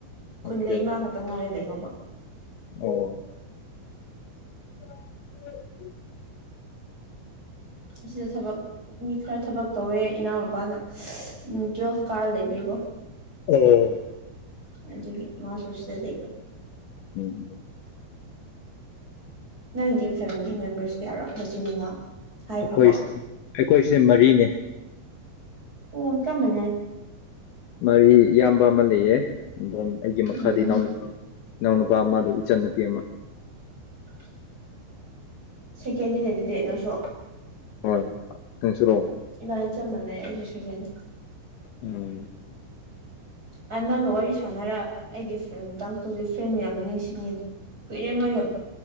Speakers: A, on the left; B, on the right.
A: ꯑꯣꯀꯦ
B: ꯈꯨꯟꯗ ꯏꯃꯥ ꯈꯛꯇ ꯉꯥꯏꯔꯦ ꯂꯩꯍꯧꯕ
A: ꯑꯣ <inaudible>
B: ꯑꯁꯤꯗ ꯊꯕꯛ ꯃꯤ ꯈꯔ ꯊꯕꯛ ꯇꯧꯋꯦ ꯏꯅꯥꯎꯅꯨꯄꯥꯅ ꯎꯝ ꯇꯨꯋꯦꯜꯐ ꯀꯥꯔ ꯂꯩꯕꯒꯤꯀꯣ
A: ꯑꯣ
B: ꯑꯗꯨꯒꯤ ꯃꯥꯁꯨ ꯁꯤꯗ ꯂꯩꯕ
A: ꯎꯝ
B: ꯅꯪꯗꯤ ꯐꯦꯃꯤꯂꯤ ꯃꯦꯝꯕꯔꯁ ꯀꯌꯥꯔꯣ ꯅꯆꯤꯟ ꯅꯅꯥꯎ ꯍꯥꯏꯈ꯭ꯔꯕꯣ
A: ꯑꯩꯈꯣꯏ ꯑꯩꯈꯣꯏꯁꯦ ꯃꯔꯤꯅꯦ
B: ꯑꯣ ꯆꯥꯞ ꯃꯥꯟꯅꯩ
A: ꯃꯔꯤ ꯏꯌꯥꯝꯕ ꯑꯃ ꯂꯩꯌꯦ ꯑꯗꯨ ꯑꯩꯒꯤ ꯃꯈꯥꯗ
B: ꯎꯝ
A: ꯑꯤꯅꯥꯎ ꯅꯨꯄ ꯑꯃꯥ ꯑꯤꯅꯥꯎ ꯅꯨꯄꯥ ꯑꯃ ꯑꯗꯨ ꯏꯆꯟ ꯅꯨꯄꯤ ꯑꯃ
B: <inaudible> ꯁꯦꯀꯦꯟꯅꯤꯅꯦ ꯑꯗꯨꯗꯤ ꯅꯪꯁꯨ
A: ꯍꯣꯏ ꯅꯪꯁꯨꯔꯣ
B: ꯏꯕꯅꯤ ꯆꯞ ꯃꯅꯩ ꯑꯩꯁꯨ ꯁꯦꯀꯦꯟꯅꯦ
A: ꯎꯝ
B: ꯑꯥ ꯅꯪꯒ ꯋꯥꯔꯤ ꯁꯥꯟꯅꯔ ꯑꯩꯒꯤ ꯐ꯭ꯔꯦꯟ ꯇꯥꯡꯈꯨꯜꯒꯤ ꯐ꯭ꯔꯦꯟ ꯃꯌꯥꯝꯗꯨ ꯅꯤꯡꯁꯤꯡꯉꯤꯅꯤ ꯀꯨꯏꯔꯦ ꯃꯣꯏꯒ